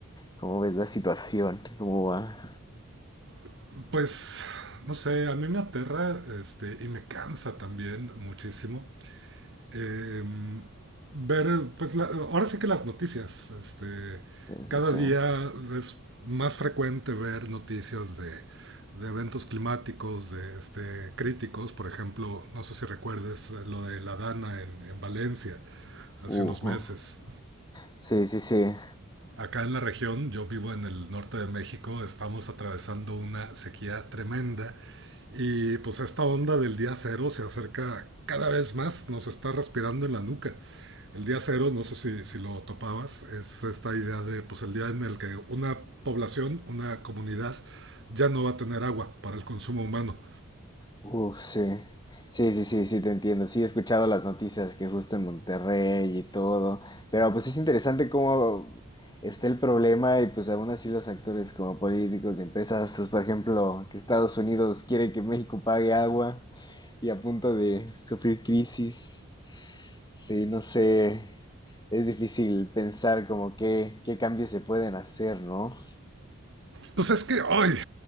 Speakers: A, on the left; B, on the right.
A: ¿Cómo ves la situación? ¿Cómo va?
B: <laughs> pues, no sé, a mí me aterra este, y me cansa también muchísimo eh, ver, pues la- ahora sí que las noticias, este,
A: Sí,
B: cada
A: sí, sí.
B: día es más frecuente ver noticias de, de eventos climáticos, de este, críticos, por ejemplo, no sé si recuerdes eh, lo de la Dana en, en Valencia hace
A: Uh,
B: unos meses.
A: uh. Sí, sí, sí.
B: Acá en la región, yo vivo en el norte de México, estamos atravesando una sequía tremenda y pues esta onda del día cero se acerca cada vez más, nos está respirando en la nuca. El día cero, no sé si, si lo topabas, es esta idea de pues el día en el que una población, una comunidad ya no va a tener agua para el consumo humano.
A: Uf, sí. Sí, sí, sí, sí, te entiendo. Sí, he escuchado las noticias que justo en Monterrey y todo, pero pues es interesante cómo está el problema y pues aún así los actores como políticos de empresas, pues por ejemplo, que Estados Unidos quiere que México pague agua y a punto de sufrir crisis. Sí, no sé, es difícil pensar como qué, qué cambios se pueden hacer, ¿no?
B: Pues es que hoy